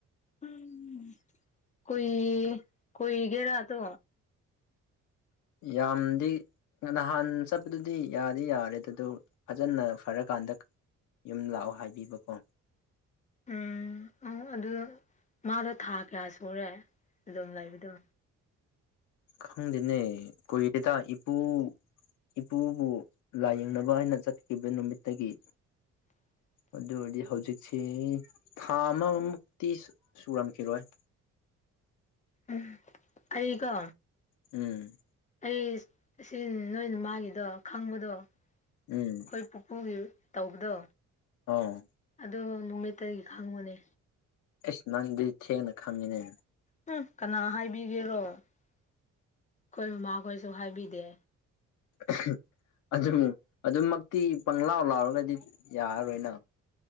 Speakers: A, on the left (about 25°); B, on the left (about 80°).
A: ꯎꯝ ꯀ ꯀꯒꯦꯔꯥꯠꯇꯣ
B: ꯌꯥꯝꯗꯤ ꯅꯍꯥꯟ ꯆꯠꯄꯗꯨꯗꯤ ꯌꯥꯗꯤ ꯌꯥꯔꯦ ꯑꯗꯨ ꯑꯗꯨ ꯐꯖꯅ ꯐꯔꯀꯥꯟꯗ ꯌꯨꯝ ꯂꯥꯛꯑꯣ ꯍꯥꯏꯕꯤꯕꯀꯣ
A: ꯎꯝ ꯑꯪ ꯑꯗꯨ ꯃꯥꯗꯣ ꯊꯥ ꯀꯌꯥ ꯁꯨꯔꯦ ꯑꯗꯨꯝ ꯂꯩꯕꯗꯣ
B: ꯈꯪꯗꯦꯅꯦ ꯀꯣꯏꯦꯗ ꯏꯄꯨ ꯏꯄꯨꯕꯨ ꯂꯥꯏꯌꯦꯡꯅꯕ ꯍꯥꯏꯩꯅ ꯆꯠꯈꯤꯕ ꯅꯨꯃꯤꯠꯇꯒꯤ
A: <inaudible>
B: ꯑꯗꯨ ꯑꯣꯏꯔꯗꯤ ꯍꯧꯖꯤꯛꯁꯤ ꯊꯥ ꯑꯃꯃꯨꯛꯇꯤ ꯁꯨꯔꯝꯈꯤꯔꯣꯏ
A: ꯎꯝ ꯑꯩꯀꯣ
B: ꯎꯝ
A: ꯑꯩ ꯁꯤ ꯅꯣꯏꯅ ꯃꯥꯒꯤꯗꯣ ꯈꯪꯕꯗꯣ ꯑꯩꯈꯣꯏ
B: ꯎꯝ
A: ꯄꯨꯄꯨꯒꯤ ꯇꯧꯕꯗꯣ
B: ꯑꯥ
A: ꯑꯗꯨ ꯅꯨꯃꯤꯠꯇꯒꯤ ꯈꯪꯕꯅꯦ
B: ꯑꯁ ꯅꯪꯗꯤ ꯊꯦꯡꯅ ꯈꯪꯉꯤꯅꯦ
A: ꯎꯝ ꯀꯅꯥ ꯍꯥꯏꯕꯤꯒꯦꯔꯣ ꯑꯩꯈꯣꯏ ꯃꯃꯥꯈꯣꯏꯁꯨ ꯍꯥꯏꯕꯤꯗꯦ
B: <unintelligible> ꯑꯗꯨꯝ ꯑꯗꯨꯝꯃꯛꯇꯤ ꯄꯪꯂ ꯂꯥꯎ ꯂꯥꯎꯔꯒꯗꯤ ꯌꯥꯔꯔꯣꯏꯅ